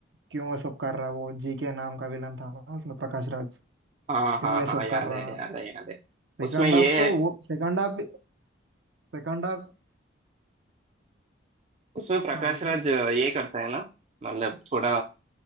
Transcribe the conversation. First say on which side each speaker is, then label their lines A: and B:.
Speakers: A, on the right; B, on the right.
A: क्यों ये सब कर रहा वो जी के नाम का विलन था ना उसमें प्रकाश राज
B: हाँ
A: क्यों
B: हाँ
A: ये
B: हाँ
A: सब
B: याद
A: कर रहा
B: है याद है याद है
A: सेकंड
B: उसमें ये
A: हाफ तो
B: है
A: वो सेकंड हाफ सेकंड हाफ
B: उसमें प्रकाश
A: हाँ बोल
B: राज
A: रहे
B: ये करता है ना मतलब थोड़ा